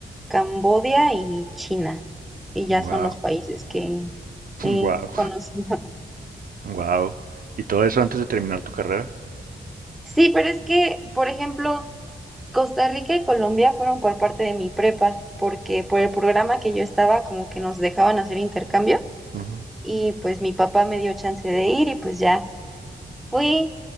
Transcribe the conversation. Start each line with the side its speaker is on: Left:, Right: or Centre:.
Centre: Camboya y China. Y ya
Right: Wow,
Centre: son los países que he
Right: wow,
Centre: conocido.
Right: wow. <laughs> ¿Y todo eso antes de terminar tu carrera?
Centre: Sí, pero es que, por ejemplo, Costa Rica y Colombia fueron por parte de mi prepa, porque por el programa que yo estaba, como que nos dejaban hacer intercambios
Right: Ujú.
Centre: y pues mi papá me dio chance de ir y pues ya Fui